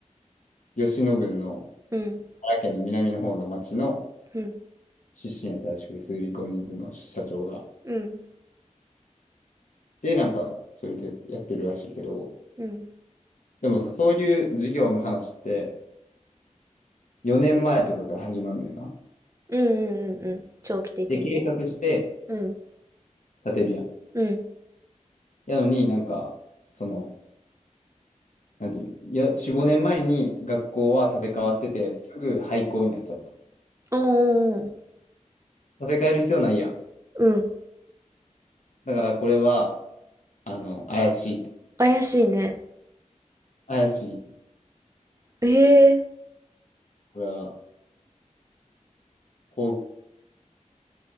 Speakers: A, on the left; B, on the right.
A: 吉野郡の、
B: うん、
A: 奈良県の南の方の町の
B: うん、
A: 出身やったらしくて、スリーコインズの社長が。
B: うん、
A: で、なんか、それでやってるらしいけど、
B: うん、
A: でもさ、そういう事業の話って、4年前とかから始まるんだよな。
B: うん、うん、うん、うん長期的にね。
A: で、計画して
B: うん、
A: 建てるやん。
B: うん。
A: やのになんか、その、なんていう、いや、4、5年前に学校は建て替わってて、
B: おー
A: すぐ廃校になっちゃって。
B: おー、
A: 建て替える必要ないやん。
B: うん。
A: だからこれは、あの、怪しいと、
B: 怪しいね。
A: 怪しい、
B: へえ、
A: これは、崩